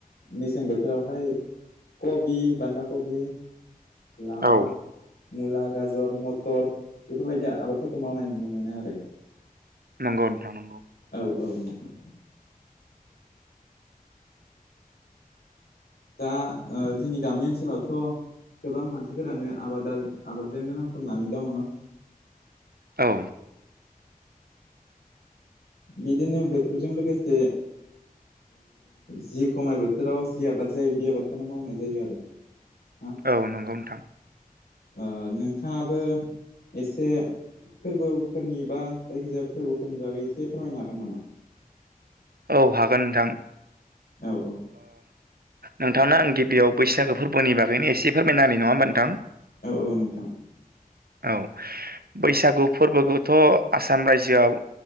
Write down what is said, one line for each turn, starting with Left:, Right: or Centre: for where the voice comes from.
Left: मेसें बोथोरावहाय कबि बान्दा कबि ला
Right: औ
Left: मुला गाजर मटर बेफोरबायदि आबादफोरखौ मावनाय नुनो मोनो आरो
Right: नंगौ नोंथां
Left: औ औ नोंथां दा ओ जोंनि गामि ओनसोलावथ' गोबां मानसिफोरानो आबाद आबादजोंनो नांथाबनानै दङ
Right: औ
Left: बिदिनो बोथोरजों लोगोसे जि खमाय बोथोराव जि आबाद जायो बे आबादखौनो मावनाय जायो आरो ना
Right: औ नंगौ नोंथां
Left: ओ नोंथाङाबो एसे फोरबोफोरनि बा जायखिजाया फोरबोफोरनि बागै एसे फोरमायनो हागोन नामा
Right: औ हागोन नोंथां
Left: औ औ।
Right: नोंथांनो आं गिबियाव बैसागो फोरबोनि बागैनो एसे फोरमायना होनि नङा होमबा नोंथां।
Left: औ औ नोंथां।
Right: औ बैसागु फोरबोखौथ' आसाम रायजोआव